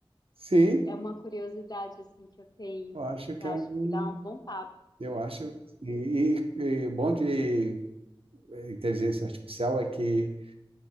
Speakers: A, on the right; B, on the left.
A: Sim,
B: É uma curiosidade assim que eu tenho,
A: eu acho
B: que
A: que
B: eu
A: é
B: acho
A: um.
B: que dá um bom papo.
A: Eu acho. E, e, e bom de inteligência artificial é que